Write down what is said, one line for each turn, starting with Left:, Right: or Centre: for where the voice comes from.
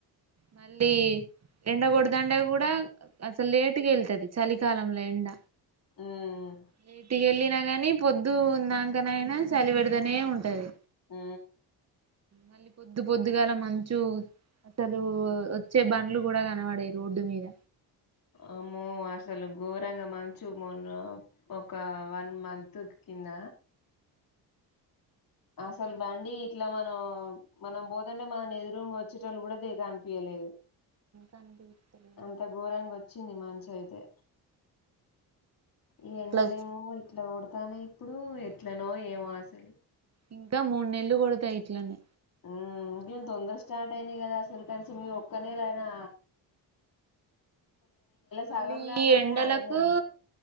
Right: మళ్ళీ ఎండ కొడదంటే కూడా అసలు లేటుగా వెళ్తది చలికాలంలో ఎండ
Left: ఉమ్
Right: లేటికి వెళ్ళ నాక్ కాని పొద్దు ఉన్నాంకన అయినా చలిపెడతనే ఉంటది
Left: ఉ
Right: మళ్ళీ పొద్దు పొద్దుగలా మంచు అసలు లు వచ్చే బండ్లు కూడా కనబడే రోడ్డు మీద
Left: అమ్మో అసలు ఘోరంగా మంచు మన్న ఒక వన్ మంత్ కింద అసలు బండి ఇట్లా మనం మనం పోతుంటే మన ఎదురుంగ వచ్చేటోళ్ళు కూడా కనిపియలేదు
Right: కనిపిస్తలే
Left: అంత ఘోరంగా వచ్చింది మంచయితే ఈ
Right: అట్లా
Left: ఎండలేమో ఇట్లా కొడు తను ఇప్పుడు ఎట్లనో ఏమో అసలు
Right: ఇంకా మూడు నెల్లు కొడతాయి ఇట్లనే.
Left: ఉ ఏం తొందర స్టార్ట్ అయినాయి కదా అసలు కని ఈ ఒక్క నెలైనా
Right: మళ్ళీ
Left: సగం దాకానైనా
Right: ఎండలకు
Left: ఆగనే ఆగదు